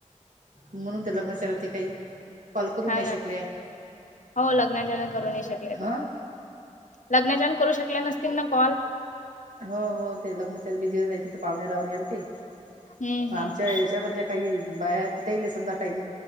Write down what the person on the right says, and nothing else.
म्हणून त्या लग्नाच्या रती काही. कॉल करू
नाही शकले.
ह
हो हो ते लग्नाच्यात बिझी होते ते पाहुणे राहूने आलते मग
आमच्या त्याच्यामधल्या काही बाया आहेत त्याले समजा टाईम